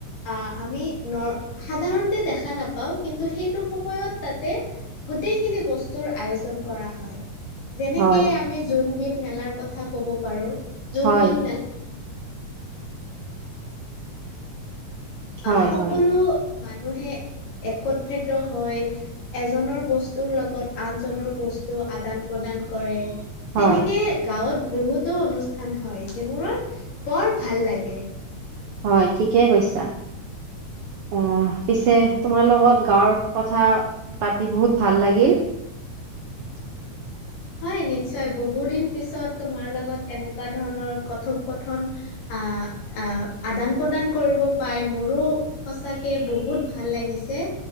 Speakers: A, on the left; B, on the right.
A: আ আমি ন সাধাৰণতে দেখা নাপাওঁ। কিন্তু সেইটো সময়ত তাতে গোটেইখিনি বস্তুৰ আয়োজন কৰা হয়। যেনেকে
B: হয়
A: আমি জোনবল মেলাৰ কথা কব পাৰো। জোনবিল।
B: হয়, হয়,
A: অহ সকলো
B: হয়,
A: মানুহে। একত্ৰিত হৈ এজনৰ বস্তুৰ লগত, আনজনৰ বস্তু আদান প্ৰদান। কৰে,
B: হয়,
A: তেনেকে গাঁৱত বহুত। অনুষ্ঠান হয় যিবোৰত বৰ ভাল লাগে।
B: হয় ঠিকেই কৈছা, আহ। পিছে তোমাৰ লগত গাঁৱৰ কথা পাতি, বহুত ভাল লাগিল। <unintelligible>
A: হয় নিশ্চয় বহু দিন পিছত তোমাৰ লগত এনেকুৱা ধৰণৰ কথোপ কথন। আহ আদান প্ৰদান কৰিব, পাই মোৰো সঁচাকে বহুত ভাল লাগিছে।